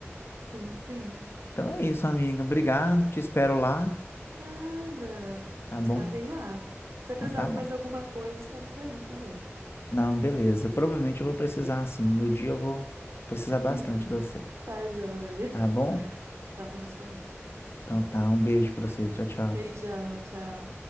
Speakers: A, on the right; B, on the left.
A: sim, sim.
B: Então é isso, amiga. Obrigado, te espero lá,
A: Nada.
B: tá bom?
A: Estarei lá. Se
B: Então
A: precisar
B: tá
A: de
B: bom.
A: mais alguma coisa, estamos aí também.
B: Não, beleza. Provavelmente eu vou precisar, assim, no dia eu vou precisar bastante
A: <laughs>
B: de você,
A: Tá joia.
B: tá bom?
A: Estamos disponíveis.
B: Então tá, um beijo pra você. Tchau, tchau.
A: Beijão, tchau.